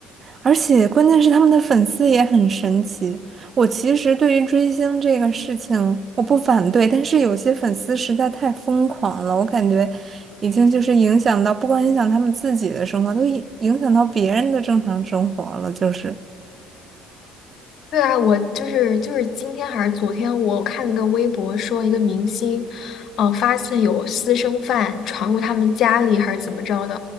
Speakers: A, on the right; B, on the left.
A: 而且关键是他们的粉丝也很神奇。我其实对于追星这个事情我不反对，但是有些粉丝实在太疯狂了，我感觉已经就是影响到，不光影响他们自己的生活，都影影响到别人的正常生活了，就是。
B: 对啊，我就是就是今天还是昨天，我看了一个微博，说一个明星，呃，发现有私生饭闯入他们家里还是怎么着的，